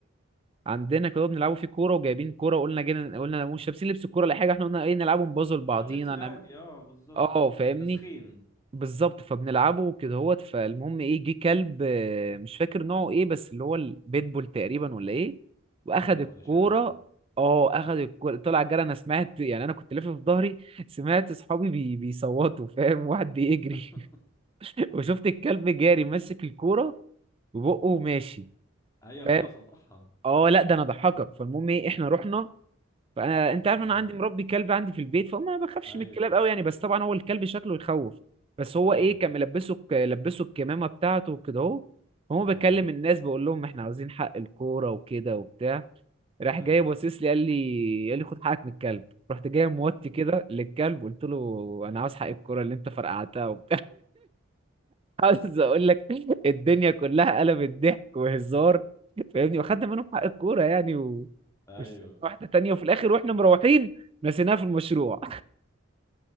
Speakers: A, on the right; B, on the left.
A: عندنا كده بنلعبوا فيه كورة وجايبين كورة وقلنا جينا قلنا مش لابسين لبس الكورة ولا حاجة احنا قلنا ايه نلعبوا نبازل بعضينا
B: اه اللبس العادي
A: نعمل
B: اه بالظبط
A: اه فاهمني
B: تسخين
A: بالظبط فبنلعبه كده هوت فالمهم ايه جه كلب آه، مش فاكر نوعه ايه بس اللي هو البيتبول تقريبا ولا ايه واخد
B: اه يا لهوي
A: الكوره
B: ده شرس ده
A: اه اخد الكوره طلع جري انا سمعت يعني انا كنت لافف في ظهري سمعت اصحابي بي... بيصوتوا فاهم واحد بيجري
B: <laughs>
A: <laughs> وشفت الكلب جاري ماسك الكوره وبقه ماشي
B: ايوه
A: فاهم
B: خلاص قطعها
A: اه لا ده انا ضحكك فالمهم ايه احنا رحنا فانا انت
B: مم.
A: عارف انا عندي مربي كلب عندي في البيت فما بخافش
B: ايوه
A: من الكلاب قوي يعني بس طبعا هو الكلب شكله يخوف بس هو
B: ايوه
A: ايه كان ملبسه الك- لبسه الكمامه بتاعته وكده اهو هو
B: اه
A: بكلم الناس بقول لهم احنا عاوزين حق الكوره وكده وبتاع راح
B: ايوه
A: جاي باصص لي قال لي قال لي خد حقك من الكلب رحت جاي موطي كده للكلب قلت له انا عاوز حق الكوره اللي انت فرقعتها عاوز اقول لك الدنيا كلها قلبت ضحك وهزار فاهمني واخدنا منهم حق الكوره يعني و...
B: ايوه
A: وش- واحده تانية وفي الاخر واحنا مروحين نسيناها في المشروع